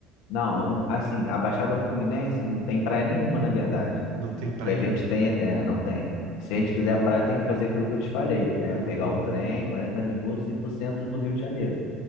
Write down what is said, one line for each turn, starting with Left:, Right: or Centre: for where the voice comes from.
Left: não, assim, a Baixada Fluminense não tem praia nenhuma, na verdade.
Right: Não tem praia
Left: O que a gente
Right: nenhuma.
Left: tem, é, não tem. Se a gente quiser praia, tem que fazer aquilo que eu te falei, é
Right: Ah,
Left: pegar o trem, 40 minutos e ir pro centro do Rio de Janeiro,